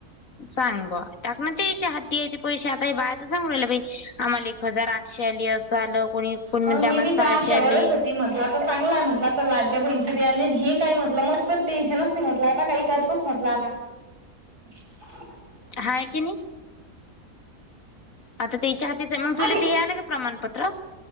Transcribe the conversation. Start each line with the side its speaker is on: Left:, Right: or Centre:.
Left: सांग बॉ टाकन त्यांच्या हाती आहे ते पैसे. आता हे बाया त सांगून राहिल्या बाई. आम्हाला एक हजार आठशे आली असं आलं. कोणी कोणी
Right: मग
Left: म्हणते आम्हाला
Right: मी बी त्या
Left: सहाशे
Right: आशयावरच
Left: आले
Right: होती म्हटलं तर, चांगला आहे म्हटलं तर लाडक्या बहीणीचे बी आले. हे काही म्हटलं मग तर टेनशनच नाही म्हटलं. आता काही करतोच म्हटलं आता. <inaudible>
Left: हाय की ने. आता ते त्यांच्या हाती मग तुले
Right: अरे
Left: ते हे आला का प्रमाणपत्र?